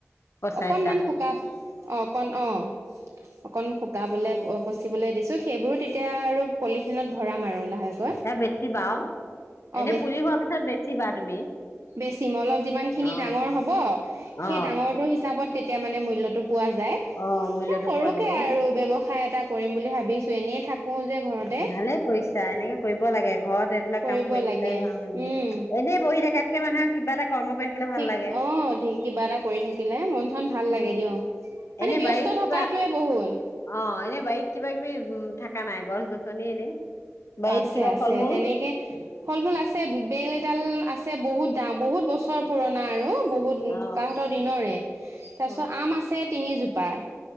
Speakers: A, on the left; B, on the right.
A: পচাইছা
B: অকণমান ককা <unintelligible> অঁ কণ অঁ অন শুকাবলৈ
A: অ
B: পচিবলৈ দিছো। সেইবোৰো তেতিয়া আৰু পলিথিনত ভৰাম আৰু লাহেকৈ
A: এ বেছি বা
B: অ
A: এনে পুলি হোৱাৰ পিছত বেছি বা তুমি।
B: বেছি মল <unintelligible> যিমানখিনি
A: অ
B: ডাঙৰ হ'ব। সেই
A: অ
B: ডাঙৰটো হিচাপ পতাপত তেতিয়া মানে মূল্যটো পোৱা যায়।
A: অ মূল্যটো
B: সেই সৰুকে
A: পোৱা যাব
B: আৰু বেৱ ঠাই এটা কৰিম বুলি ভাবিছো এনেই থাকো যে ঘৰতে
A: ভালে কৰিছা এনেকে কৰিব লাগে। ঘৰত এইবিলাক
B: কৰিব
A: কাম কৰি
B: লাগে
A: থাকিলে
B: উম
A: এনেই বহি থকাতকে মানুহে কিবা এটা কৰ্ম কৰি থাকিলে ভাল
B: ঠিক
A: লাগে
B: অ', ঠিক কিবা এটা কৰি থাকিলে মন চন ভাল
A: উম
B: লাগে দিয়ক, মানে
A: এনে
B: ব্যস্ত
A: বাৰীত
B: থকাটোৱে
A: কিবা
B: বহুত।
A: অ এনে বাৰীত কিবা কিবি উম থকা নাই গছ - গছ <unintelligible> তনি এনে <unintelligible> বাৰীত
B: আছে
A: কিবা
B: -আছে
A: ফল মূল
B: তেনেকে ফল মূল আছে বেল এডাল আছে। ছে বহুত দাম বহুত বছৰ পুৰণা আৰু বহুত
A: অ
B: ককাহতৰ দিনৰে। তাৰপিছত
A: অ
B: আম আছে। তিনিজোপা।